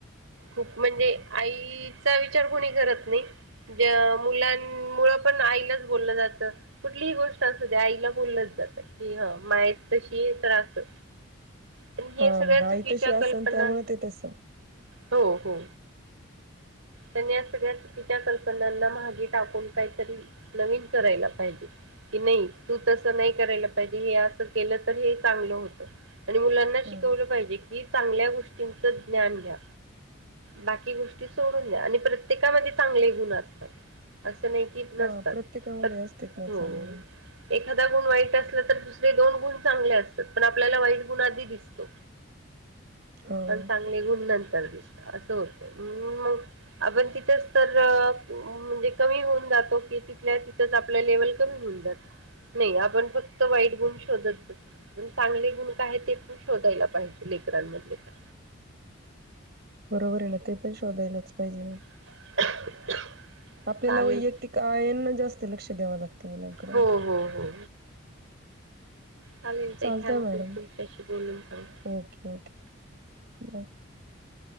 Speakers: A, on the right; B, on the right.
A: खूप म्हणजे आईचा विचार कोणी करत नाही. ज मुलांमुळ पण आईलाच बोललं जातं. कुठलीही गोष्ट असू द्या आईला बोललंच जात, की हं माय तशी आहे तर असं पण हे
B: हा
A: सगळ्या
B: मग आई
A: चुकीच्या
B: तशी असन
A: कल्पनां
B: त्यामुळे ते तस.
A: हो हो. पण या सगळ्या चुकीच्या कल्पनांना माहगे टाकून काहीतरी नवीन करायला पाहिजे की नाही तू तसं नाही करायला पाहिजे हे असं केल तर हे चांगलं होत आणि मुलांना
B: ह
A: शिकवलं पाहिजे की चांगल्या गोष्टींचं ज्ञान घ्या. बाकी गोष्टी सोडून द्या आणि प्रत्येकामध्ये चांगले गुण असतात असं नाही की नसतात,
B: हा प्रत्येकामध्ये असतेत ना
A: हो
B: चांगले
A: एखादा गुण वाईट असला तर दुस रे दोन गुण चांगले असतात पण आपल्याला वाईट गुण आधी दिसतो
B: हा.
A: पण चांंग ले गुण नंतर दिसत असं होतं म्हणून म अगं तिथंच तर म्हणजे कमी होऊन जातो की तिथल्या तिथंच आपलं लेवल कमी होऊन जात, नाही आपण फक्त वाईट गुण शोधत बसतो पण चांगले गुण काय हे ते पण शोधायला पाहिजे लेकरांमधले पण.
B: बरोबर आहे ना ते पण शोधायलाच पाहिजे ना..
A: <inaudible>
B: आपल्याला
A: चालेल
B: वैयक्तिक आयांना जास्त लक्ष द्यावं लागतं मुलांकड.
A: हो हो हो! चालेल
B: चालतय
A: ताई थँक्यू
B: मॅडम
A: तुमच्याशी बोलून चांगलं
B: ओके ओके बाय.